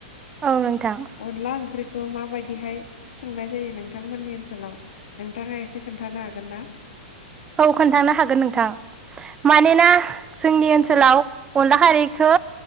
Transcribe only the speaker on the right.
औ नोंथां
औ खोन्थानो हागोन नोंथां मानोना जोंनि ओनसोलाव अनला खारैखो